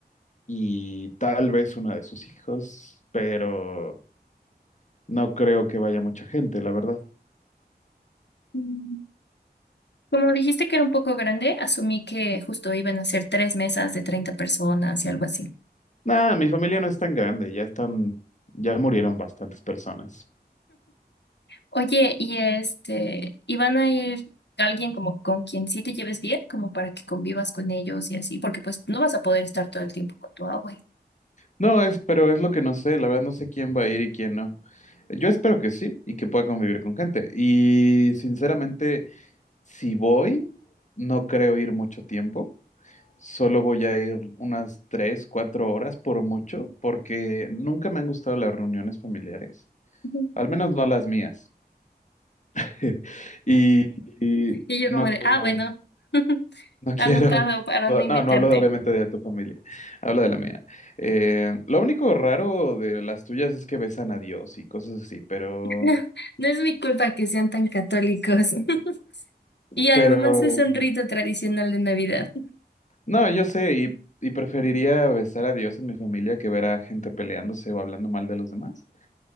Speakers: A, on the left; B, on the left.
A: y tal vez una de sus hijos, pero no creo que vaya mucha gente, la verdad.
B: Mm, Como dijiste que era un poco grande, asumí que justo iban a ser tres mesas de 30 personas y algo así.
A: Nada, mi familia no es tan grande, ya están, ya murieron bastantes personas.
B: Oye, y este, ¿iban a ir alguien como con quien sí te lleves bien, como para que convivas con ellos y así? Porque pues no vas a poder estar todo el tiempo con tu abue.
A: No, es, pero es lo que no sé, la verdad no sé quién va a ir y quién no. Yo espero que sí y que pueda convivir con gente. Y sinceramente, si voy, no creo ir mucho tiempo. Solo voy a ir unas tres, cuatro horas por mucho, porque nunca me han gustado las reuniones familiares,
B: Ujú.
A: al menos no las mías. <laughs> Y, y
B: Y yo
A: no
B: como de,
A: creo.
B: ah, bueno, <laughs>
A: No quiero.
B: anotado para
A: No,
B: no invitarte.
A: no hablo de- obviamente de tu familia, hablo de la mía. Eh, lo único raro de las tuyas es que besan a Dios y cosas así, pero,
B: <laughs> No es mi culpa que sean tan católicos. <laughs> Y además
A: pero,
B: es un rito tradicional de Navidad.
A: no, yo sé y, y preferiría besar a Dios en mi familia que ver a gente peleándose o hablando mal de los demás.